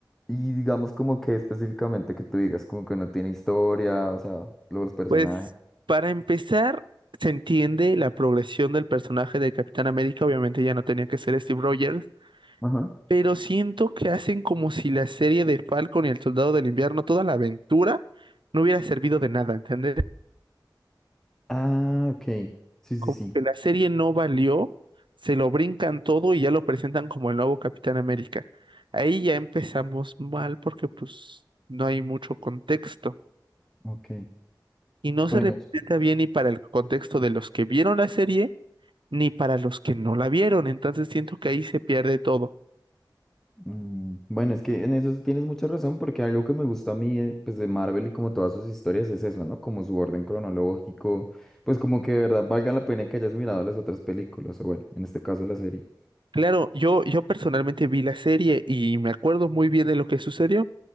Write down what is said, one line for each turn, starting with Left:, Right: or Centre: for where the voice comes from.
Centre: Y digamos como que específicamente que tú digas como que no tiene historia, o sea, los personajes.
Right: Pues, para empezar, se entiende la progresión del personaje de Capitán América, obviamente ya no tenía que ser Steve Rogers,
Centre: Ajá.
Right: pero siento que hacen como si la serie de Falcon y el Soldado del Invierno, toda la aventura, no hubiera servido de nada, ¿entendés?
Centre: Ah, ok. Sí,
Right: Como
Centre: sí, sí.
Right: que la serie no valió, se lo brincan todo y ya lo presentan como el nuevo Capitán América. Ahí ya empezamos mal porque pues no hay mucho contexto
Centre: Ok.
Right: y no se
Centre: Bueno,
Right: representa
Centre: sí.
Right: bien ni para el contexto de los que vieron la serie ni para los que no la vieron. Entonces siento que ahí se pierde todo.
Centre: Mm, bueno, es que en eso sí tienes mucha razón porque algo que me gusta a mí, eh, pues de Marvel y como todas sus historias es eso, ¿no? Como su orden cronológico, pues como que de verdad valga la pena que hayas mirado las otras películas, o bueno, en este caso la serie.
Right: Claro, yo, yo personalmente vi la serie y me acuerdo muy bien de lo que sucedió.